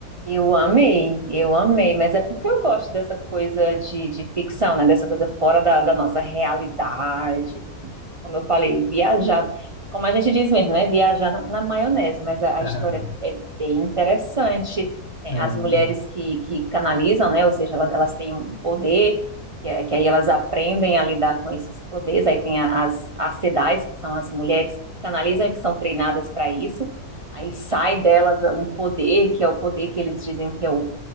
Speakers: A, on the right (about 60°); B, on the left (about 25°).
A: Eu amei, eu amei, mas é porque eu gosto dessa coisa de, de ficção, né? Dessa coisa fora da, da nossa realidade. Como eu falei, viajar, como a gente diz mesmo, né? Viajar na, na maionese, mas a, a
B: <laughs>
A: história é bem interessante. Tem
B: É,
A: As mulheres
B: né?
A: que, que canalizam, né? Ou seja, elas, elas têm um poder, que, é- que aí elas aprendem a lidar com esses poderes. Aí tem a- as, as sedais, que são as mulheres que canalizam e que são treinadas para isso. Aí sai delas um poder, que é o poder que eles dizem que é o